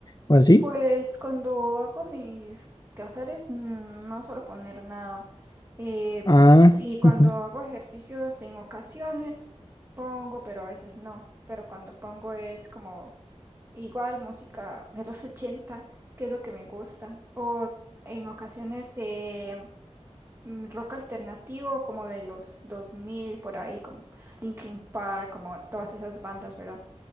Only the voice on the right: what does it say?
pues cuando hago mis quehaceres mm, no suelo poner nada. Eh,
y cuando
hago ejercicios en ocasiones pongo, pero a veces no. Pero cuando pongo es como igual música de los <laughs> 80, que es lo que me gusta. O en ocasiones eh, mm, rock alternativo como de los 2000 por ahí, como Linkin Park, como todas esas bandas, ¿verdad?